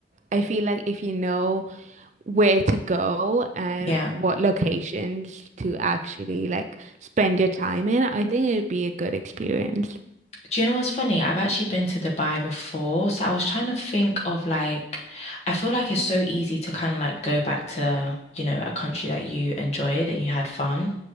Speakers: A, on the right; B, on the left.
A: I feel like if you know where to go and
B: Yeah.
A: what locations to actually like spend your time in, I think it would be a good experience.
B: Do you know what's funny? I've actually been to Dubai before, so I was trying to think of like, I feel like it's so easy to kind of like go back to, you know, a country that you enjoyed and you had fun.